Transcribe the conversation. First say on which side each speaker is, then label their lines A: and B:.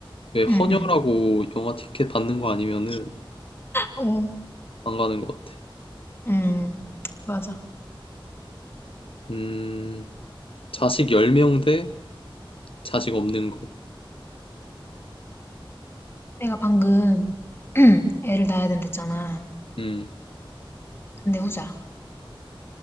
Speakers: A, on the left; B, on the left.
A: 왜 헌혈하고
B: 응응
A: 영화 티켓 받는 거 아니면은
B: 어
A: 안 가는 것 같아.
B: 음, 맞아.
A: 음, 자식 10명 대 자식 없는 거.
B: 내가 방금 <clears throat> 애를 낳아야 된댔잖아.
A: 음,
B: 근데 후자.